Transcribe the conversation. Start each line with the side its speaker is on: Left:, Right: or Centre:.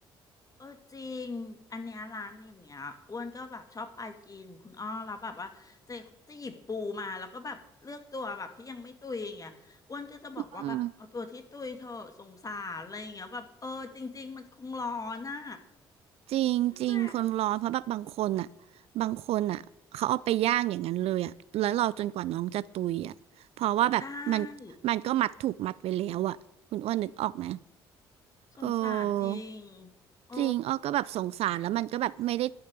Left: เออจริงอันเนี้ยร้านอย่างเงี้ยอ้วนก็แบบชอบไปกินคุณอ้อแล้วแบบว่าจะจะหยิบปูมาแล้วก็แบบเลือกตัวแบบที่ยังไม่ตุยอย่างเงี้ยอ้วนก็จะบอกว่าแบบเอาตัวที่ตุยเถอะสงสารอะไรอย่างเงี้ยแบบเออจริงๆมันคงร้อนน่ะ
Right: อืม จริงจริงคนร้อนเพราะแบบบางคนอ่ะ
Left: ใช่ไหม
Right: บางคนอ่ะเขาเอาไปย่างอย่างนั้นเลยอ่ะแล้วเราจนกว่าน้องจะตุยอ่ะเพราะว่าแบบมันมันก็มัดถูกมัดไว้แล้วอ่ะคุณอ้วนนึกออกไหม
Left: ใช่สงสารจริง
Right: เออ
Left: โอ้
Right: จริงอ้อก็แบบสงสารแล้วมันก็แบบไม่ได้